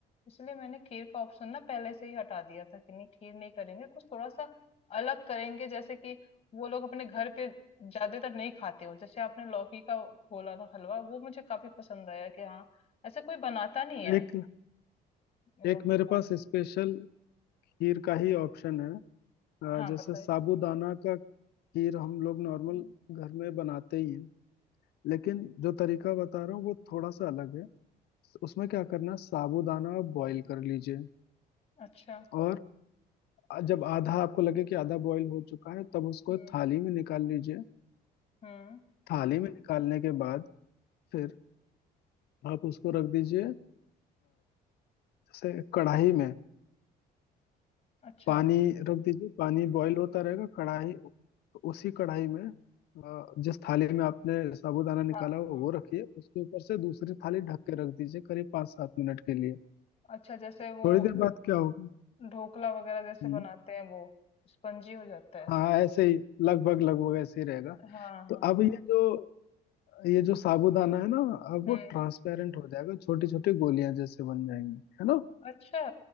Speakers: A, on the left (about 35°); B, on the left (about 70°).
A: इसलिए मैंने खीर का ऑप्शन ना पहले से ही हटा दिया था कि नहीं खीर नहीं करेंगे कुछ थोड़ा सा अलग करेंगे जैसे कि वो लोग अपने घर पे ज्यादातर नहीं खाते हो जैसे आपने लौकी का बोला ना हलवा वो मुझे काफी पसंद आया कि हाँ ऐसे कोई बनाता नहीं है
B: एक
A: इन
B: एक
A: लौकी
B: मेरे
A: का
B: पास स्पेशल खीर का ही ऑप्शन है अ,
A: हाँ
B: जैसे
A: बताइए
B: साबूदाना का खीर हम लोग नॉर्मल घर में बनाते ही हैं लेकिन जो तरीका बता रहा हूँ वो थोड़ा सा अलग है उसमें क्या करना है साबूदाना आप बॉईल कर लीजिए
A: अच्छा
B: और आ- जब आधा आपको लगे कि आधा बॉईल हो चुका है तब उसको
A: हम्म
B: थाली में निकाल लीजिए
A: हम्म
B: थाली में निकालने के बाद फिर आप उसको रख दीजिए अ, जैसे कढ़ाई में
A: अच्छा
B: पानी रख दीजिए पानी बॉईल होता रहेगा कढ़ाई उसी कढ़ाई में अ, जिस थाली में आपने साबूदाना निकाला
A: हाँ
B: हुआ
A: हाँ
B: वो रखिए उसके ऊपर से दूसरी थाली ढक के रख दीजिए करीब पाँच सात मिनट के लिए
A: अच्छा जैसे वो
B: थोड़ी देर बाद क्या होगा
A: ढोकला वगैरह जैसे
B: हम्म,
A: बनाते हैं वो स्पंजी हो जाता है
B: हाँ ऐसे ही लगभग लगभग ऐसे ही रहेगा
A: हाँ
B: तो
A: हाँ
B: अब ये जो ये जो साबूदाना है ना अब
A: हम्म
B: वो ट्रांसपेरेंट हो जाएगा छोटी छोटी गोलियां जैसे बन जाएंगी है ना
A: अच्छा